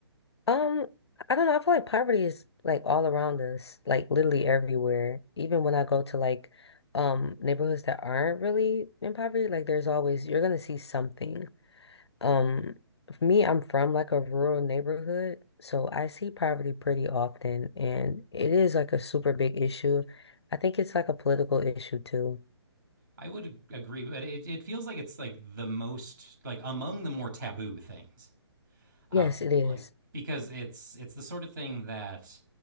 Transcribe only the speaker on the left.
Um, I don't know. I feel like poverty is like all around us, like literally everywhere. Even when I go to like um neighborhoods that aren't really in poverty, like there's always you're gonna see something. Um, for me, I'm from like a rural neighborhood, so I see poverty pretty often, and it is like a super big issue. I think it's like a political issue too.
Yes, it is.